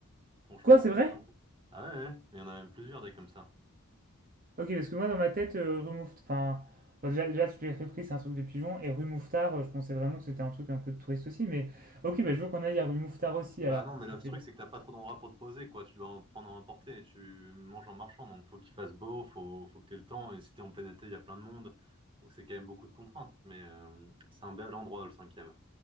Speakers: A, on the right; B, on the right.
A: Franchement,
B: Quoi, c'est vrai?
A: ça régale. Ah ouais, ouais, il y en a même plusieurs des comme ça.
B: Ok, parce que moi, dans ma tête, euh, rue Mouffetard. Enfin, genre, déjà, déjà, tu l'as repris, c'est un truc de pigeon. Et rue Mouffetard, euh, je pensais vraiment que c'était un truc un peu de touriste aussi, mais ok, bah, je veux qu'on aille à rue Mouffetard aussi,
A: Bah
B: alors.
A: non, mais
B: si
A: le truc, c'est que t'as pas trop d'endroits pour te poser, quoi. Tu dois en prendre à emporter et tu manges en marchant. Donc, faut qu'il fasse beau, faut, faut que t'aies le temps. Et si t'es en plein été, il y a plein de monde. Donc, c'est quand même beaucoup de contraintes. Mais euh, c'est un bel endroit, le cinquième.